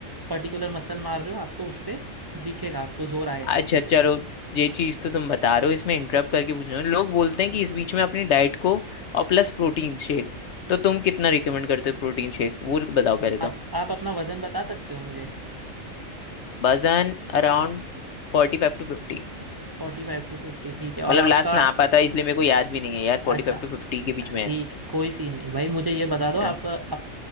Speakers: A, on the right; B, on the left.
A: पर्टिकुलर मसल मार रहे हो आपको उस पे दिखेगा आपको जोर आएगा
B: अच्छा
A: अच्छे से
B: चलो ये चीज तो तुम बता रहे हो इसमें इंटरप्ट करके पूछ रहे हो लोग बोलते हैं कि इस बीच में अपनी डाइट को और प्लस प्रोटीन शेक तो तुम कितना रिकमेंड करते हो प्रोटीन शेक वो बताओ पहले तो
A: आप आप अपना वजन बता सकते हो मुझे
B: वजन अराउंड फोर्टी फाइव टू फिफ्टी
A: फोर्टी फाइव टू फिफ्टी ठीक है और
B: मतलब
A: आपका
B: लास्ट ना आ पाता है, इसलिए मेरे को याद भी नहीं है यार
A: अच्छा
B: फोर्टी फाइव टू फिफ्टी के बीच में
A: ठीक कोई सीन नहीं भाई मुझे ये बता दो आप
B: है
A: आप